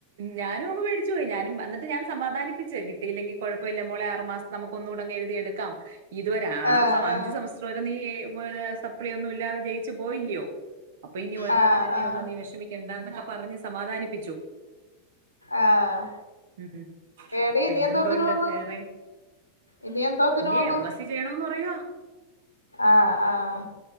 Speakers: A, on the right (about 55°); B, on the left (about 80°).
A: ഞാനും അങ്ങ് പേടിച്ചുപോയി ഞാനും എന്നിട്ട് ഞാൻ സമാധിപ്പിച്ച് കിട്ടിയില്ലെങ്കി കൊഴപ്പവില്ല മോളെ ആറ് മാസം നമക്കൊന്നൂടങ്ങെഴുതിയെടുക്കാം ഇതുവരെ ആറ്
B: ആഹ്
A: സെം
B: ആഹ്
A: അഞ്ച് സെമസ്റ്റർ വരെ നീ സപ്ലി ഒന്നുല്ലാതെ ജയിച്ചു പോയില്ല്യോ അപ്പൊ ഇനി ഒരെണ്ണത്തിനല്ലേ
B: ആഹ് ആഹ്
A: ഉള്ളൂ നീ വിഷമിക്കണ്ടന്നൊക്കെ പറഞ്ഞ് സമാധാനിപ്പിച്ചു
B: ആഹ്
A: ഉം.
B: എടീ
A: പിന്നെന്തോണ്ട്
B: ഇനി എന്തോത്തിന് പോന്നു
A: വേറെ
B: ഇനി എന്തോത്തിന്
A: ഇനി
B: പോന്ന്
A: എം എസ് സി ചെയ്യണോന്ന് പറയുവാ
B: ആഹ് ആഹ്